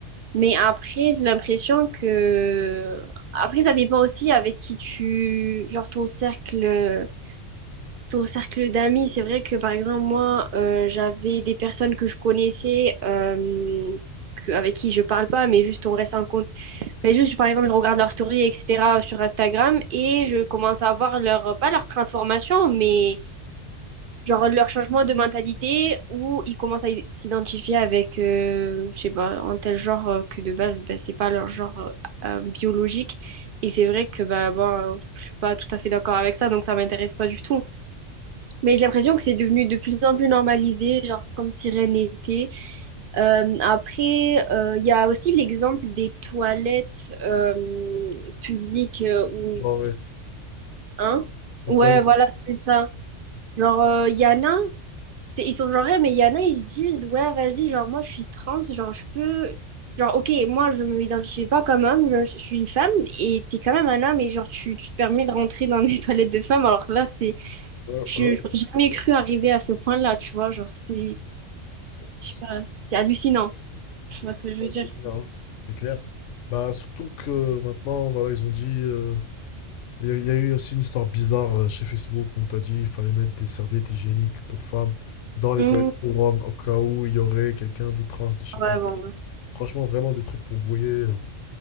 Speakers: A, on the right; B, on the left.
A: Mais après, j'ai l'impression que... Après, ça dépend aussi avec qui tu... Genre ton cercle. euh, ton cercle d'amis, c'est vrai que par exemple, moi, euh, j'avais des personnes que je connaissais, euh, que- avec qui je parle pas, mais juste on reste en compte. Mais juste, par exemple, je regarde leurs stories, etc., sur Instagram et je commence à voir leur, pas leur transformation, mais genre leur changement de mentalité où ils commencent à i- s'identifier avec, euh, je sais pas, un tel genre euh, que de base, ben, c'est pas leur genre euh, euh, biologique. Et c'est vrai que, bah, bon, euh, je suis pas tout à fait d'accord avec ça, donc ça m'intéresse pas du tout. Mais j'ai l'impression que c'est devenu de plus en plus normalisé, genre comme si rien n'était. Euh, après, euh, il y a aussi l'exemple des toilettes euh, publiques euh, ou
B: Genre, euh,
A: hein?
B: et
A: Ouais,
B: toi-
A: voilà, c'est ça. Genre, euh, il y en a, c'est, ils sont genre, Ouais, mais il y en a, ils se disent, ouais, vas-y, genre, moi, je suis trans, genre, je peux... Genre, ok, moi, je ne m'identifie pas comme homme, je, je suis une femme, et t'es quand même un homme, et genre, tu, tu te permets de rentrer dans des <laughs> toilettes de femmes, alors que là, c'est...
B: ouais,
A: Je
B: bah ouais,
A: n'aurais jamais cru arriver à ce point-là, tu vois. Genre, c'est.
B: c'est
A: Je
B: c'est-
A: sais pas, c'est hallucinant. Je sais pas ce que je
B: ouais,
A: veux dire.
B: c'est clair. hein. C'est clair. Bah, surtout que maintenant, voilà, ils ont dit. euh, Il y, a il y a eu aussi une histoire bizarre euh, chez Facebook. On t'a dit qu'il fallait mettre des serviettes hygiéniques pour femmes dans les
A: Mmh,
B: toilettes pour hommes au cas où il y aurait quelqu'un de trans, de je sais
A: ouais,
B: pas quoi.
A: bon, ouais.
B: Franchement, vraiment des trucs pour brouiller, euh,